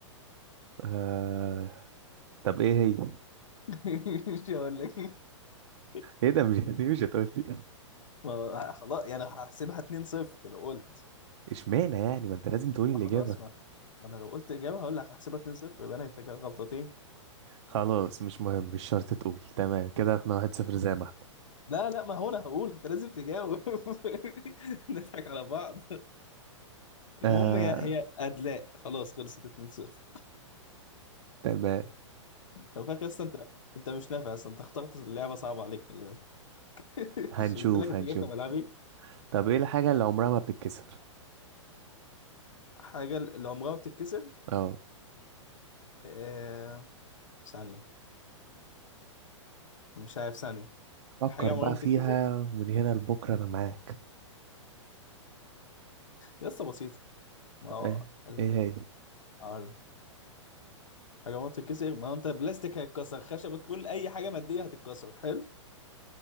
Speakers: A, on the right; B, on the left.
A: آه... طب ايه هي
B: <laughs> مش هقول لك <laughs>
A: ايه ده مش <laughs> دي مش هتقول لي
B: ما هو خلاص يعني هحسبها 2-0 لو قلت
A: اشمعنى يعني ما انت لازم تقولي
B: ما
A: الإجابة
B: خلاص ما ما انا لو قلت اجابه هقول لك هحسبها 2-0 يبقى انا كده غلطتين
A: خلاص مش مهم مش شرط تقول تمام كده احنا واحد صفر زي ما احنا
B: لا لا ما هو انا هقول انت لازم تجاوب <laughs> نضحك على بعض المهم
A: آه
B: هي هي ادلاء خلاص خلصت 2-0
A: تمام
B: خلي بالك اصلا انت انت مش نافع اصلا انت اخترت اللعبه صعبه عليك خلي بالك <laughs>
A: هنشوف
B: مش قلت لك انت
A: هنشوف
B: جاي في ملعبي
A: طب ايه الحاجة اللي عمرها ما بتتكسر
B: حاجه اللي عمرها ما بتتكسر
A: اه
B: آه... ثانيه مش عارف ثانيه
A: فكر
B: حاجه عمرها
A: بقى
B: ما
A: فيها
B: بتتكسر
A: ومن هنا لبكرة انا معاك
B: لسه بسيطه ما هو
A: ايه
B: ال...
A: ايه هي
B: أقول لك. حاجه عمرها ما بتتكسر ما هو انت بلاستيك هيتكسر خشبك كل اي حاجه ماديه هتتكسر حلو